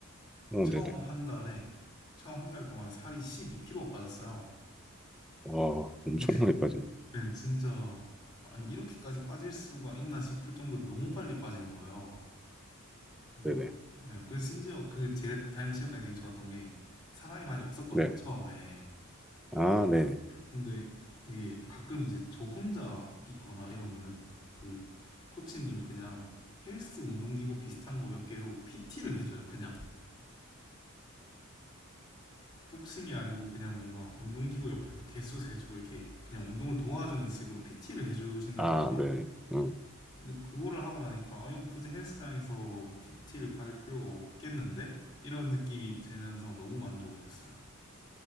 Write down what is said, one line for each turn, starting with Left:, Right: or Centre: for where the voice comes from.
Centre: 오,
Left: 처음
Centre: 네네.
Left: 한 달에 처음 한 달 동안 살이 12kg가 빠졌어요.
Centre: 와, 엄청
Left: 네,
Centre: 많이 빠지네.
Left: 네, 진짜 아니 이렇게까지 빠질 수가 있나 싶을 정도로 너무 빨리 빠지는 거예요. 그래서,
Centre: 네네.
Left: 네, 그래서 심지어 그 제가 다니는 체육관이 되게 좋았던 게 사람이 많이 없었거든요,
Centre: 네.
Left: 처음에.
Centre: 아, 네.
Left: 근데 이게 가끔 이제 저 혼자 있거나 이러면은 그 코치님이 그냥 헬스 운동기구 비슷한 거 몇 개로 PT를 해줘요. 그냥 복싱이 아니고 그냥 뭔가 운동기구 옆에서 개수 세주고 이렇게 그냥 운동을 도와주는 식으로 PT를 해주신단
Centre: 아,
Left: 말이에요.
Centre: 네. 음.
Left: 근데 그거를 하고 나니까 아 이거 굳이 헬스장에서 PT를 받을 필요가 없겠는데? 이런 느낌이 들면서 너무 만족을 했어요.